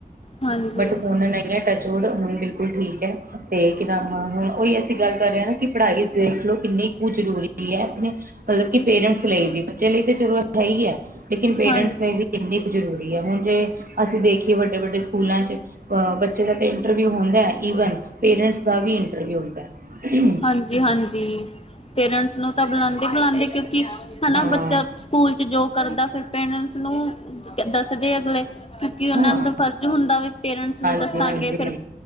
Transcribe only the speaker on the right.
ਬਟ ਹੁਣ ਨਹੀਂ ਟੱਚਵਡ ਹੁਣ ਬਿਲਕੁਲ ਠੀਕ ਐ, ਤੇ ਕਿ ਨਾਮ ਹੁਣ ਉਹੀ ਅਸੀਂ ਗੱਲ ਕਰ ਰੇ ਆ ਨਾ। ਕਿ ਪੜਾਈ ਦੇਖ ਲੋ ਕਿੰਨੀ ਕੁ ਜ਼ਰੂਰੀ ਐ। ਮਤਲਬ ਕਿ ਪੇਰੈਂਟਸ ਲਈ ਵੀ, ਬੱਚੇ ਲਈ ਤਾਂ ਚਲੋ ਹੈ ਈ ਐ, ਲੇਕਿਨ ਪੇਰੈਂਟਸ
ਲਈ ਵੀ ਕਿੰਨੀ ਕੁ ਜ਼ਰੂਰੀ ਐ ਹੁਣ ਜੇ, ਅਸੀਂ ਦੇਖੀਏ ਵੱਡੇ-ਵੱਡੇ ਸਕੂਲਾਂ ਚ ਅ ਬੱਚੇ ਦਾ ਤੇ ਇੰਟਰਵਿਊ ਹੁੰਦਾ ਐ, ਈਵਨ ਪੇਰੈਂਟਸ ਦਾ ਵੀ ਇੰਟਰਵਿਊ ਹੁੰਦਾ ਐ।
ਹਾਂ
ਹਾਂ
ਹਾਂਜੀ
ਹਾਂਜੀ
ਹਾਂਜੀ